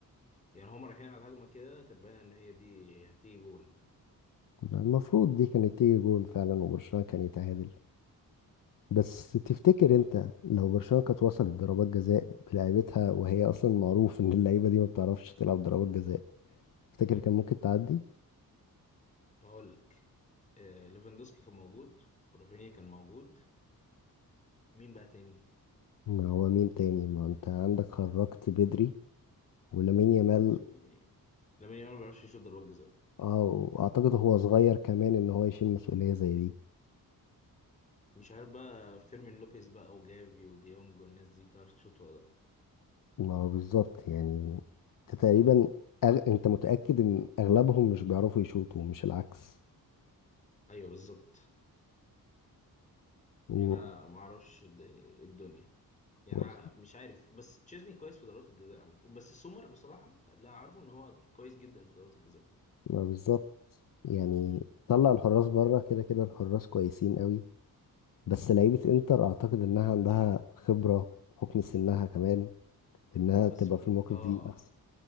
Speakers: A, on the left; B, on the left.
A: يعني هما رايحين على الهجمه كده كانت باينه ان هي دي هتيجي جون
B: ما المفروض دي كانت تيجي جون فعلا وبرشلونة كان يتعادل بس تفتكر انت لو برشلونة كانت وصلت ضربات جزاء بلعيبتها وهي اصلا معروف ان اللعيبة دي ما بتعرفش تلعب ضربات جزاء تفتكر كان ممكن تعدي
A: اقول لك آه ليفاندوسكي كان موجود ورافينيا كان موجود مين بقى تاني؟
B: ما هو مين تاني ما انت عندك خرجت بدري ولامين يامال
A: الراجل- لامين يامال ما بيعرفش يشوط ضربات جزاء
B: اه واعتقد هو صغير كمان ان هو يشيل مسؤولية زي دي
A: مش عارف بقى فيرمين لوبيز بقى وجافي وديونج والناس دي بتعرف تشوط ولا لأ
B: ما هو بالظبط يعني انت تقريبا أغ... انت متأكد ان اغلبهم مش بيعرفوا يشوطوا مش العكس
A: أيوه بالظبط
B: و...
A: يعني أنا معرفش د- الدنيا يعني
B: و...
A: أنا مش عارف بس تشيزني كويس في ضربات الجزاء عامة بس سومر بصراحة اللي أعرفه إن هو كويس جدا في ضربات الجزاء
B: ما بالظبط يعني طلع الحراس بره كده كده الحراس كويسين قوي بس لعيبة انتر اعتقد انها عندها خبرة بحكم سنها كمان انها
A: بس
B: تبقى في الموقف
A: آه
B: دي احسن